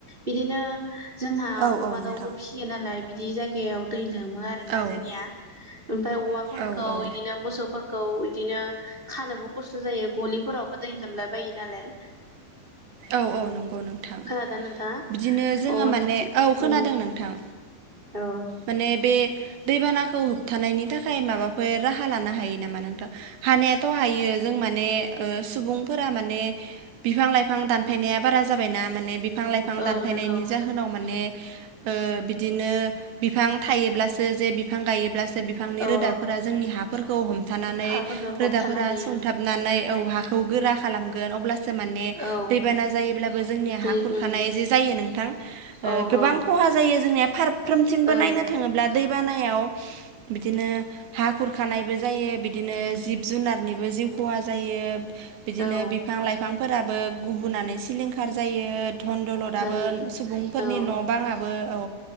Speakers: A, on the right; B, on the right.
A: बिदिनो जोंहा
B: औ
A: अमा
B: औ नोंथां।
A: दाउबो फिसियो नालाय बिदि जायगायाव दै लोमो आरोना
B: औ
A: जोंनिया ओमफ्राय अमाफोरखौ
B: औ औ
A: इदिनो मोसौ खौ इदिनो खानोबो खस्थ' जायो गलिफोरावबो दै लोमलााय बायो नालाय
B: औ औ नंगौ नोंथां
A: खोनादों नोंथाङा
B: बिदिनो जोङो
A: अ
B: माने
A: बिदि
B: औ खोनादों
A: उम
B: नोंथां
A: औ
B: माने बे दैबानाखौ होबथानायनि थाखाय माबाफोर राहा लानो हायो नामा नोंथां हानायाथ' हायो जोंमाने सुबुं फोरा माने बिफां लाइफां बिफां दानफायनाया बारा जाबायना माने बिफां लाइफां
A: औ
B: दानफायनायनि
A: नंगौ
B: जाहोनाव माने ओ बिदिनो बिफां थायोब्लासो जे बिफां गायोब्लासो बिफांनि
A: औ
B: रोदाफोरा जोंनि हाफोरखौ हमथानानै
A: हाफोरखौ हबथानो
B: रोदाफोरा
A: हायो
B: सुंथाबनानै औ हा खौ गोरा खालामगोन अब्लासो माने
A: ओं औ
B: दैबाना जायोब्लाबो जोंनिया
A: दै
B: हा खुरखानाय
A: उम
B: जे जायो नोंथां
A: औ
B: गोबां
A: औ
B: खहा जायो जोंनिया फारफ्रोमथिंबो
A: ओं
B: नायनो थाङोब्ला दैबानायाव बिदिनो हा खुरखानायबो जायो बिदिनो जिब जुनारनिबो जिउ खहा जायो बिदिनो
A: औ
B: बिफां लाइफांफोराबो गुबुनानै सिलिंखार जायो धन दलदआो
A: जायो
B: सुबुंफोरनि
A: औ
B: न' बाङाबो औ